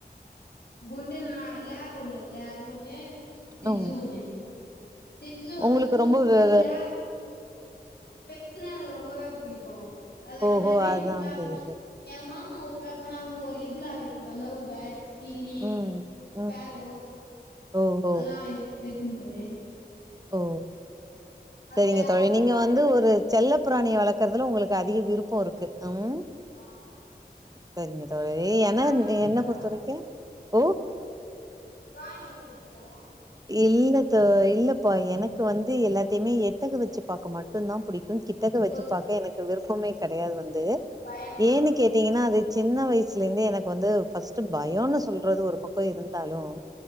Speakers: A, on the left; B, on the right.
A: குண்டு நாய் லேப் ஒன்னு இருக்குல அது ஒன்னு சி்ட்ஸ்
B: ம்
A: ஒன்னு சிடஸ் வந்து
B: உங்களுக்கு
A: தூங்குது
B: ரொம்ப வெ வெ
A: லே பெட்ஸ்ன்னா எனக்கு ரொம்பவே புடிக்கு அது இல்லாம
B: ஓஹோ
A: வீட்டு
B: அதா
A: ஃபுல்லா
B: தெரியுது
A: எங்க மாமா ஊருக்குல்லா போனா அவரு ஒரு இதுல வச்சிருப்பா லவ் பேட்ஸ் கிளி,
B: ம்
A: ஸ்பரோ
B: ம் ம் ஓஹோ
A: அதல்லா இரு வச்சினுப்பாரு
B: ஓ
A: அந்த
B: சரிங்க
A: அங்க
B: தோழி
A: போனாலே
B: நீங்க வந்து ஒரு செல்லப்பிராணிய வளக்கறதுல உங்களுக்கு அதிக விருப்போ இருக்கு அம்
A: ஆமா
B: சரிங்க தோழி
A: உங்களுக்கு
B: ஏன்னா
A: பிராணிய பிடிக்காதா
B: என்ன பொறுத்த வரைக்கு ஓ
A: பிராணி உங்களுக்கு புடிக்காதா
B: இல்லத்தோ இல்லப்பா எனக்கு வந்து எல்லாத்தயுமே எட்டக வச்சு பாக்க மட்டும்தா புடிக்கு கிட் டக வச்சு
A: தோ
B: பாக்க எனக்கு விருப்பமே கெடையாது வந்து
A: பயமா
B: ஏன்னு கேட்டீங்கன்னா அது சின்ன வயசுல இருந்தே எனக்கு வந்து ஃபஸ்ட்டு பயொனு சொல்றது ஒரு பக்கொ இருந்தாலு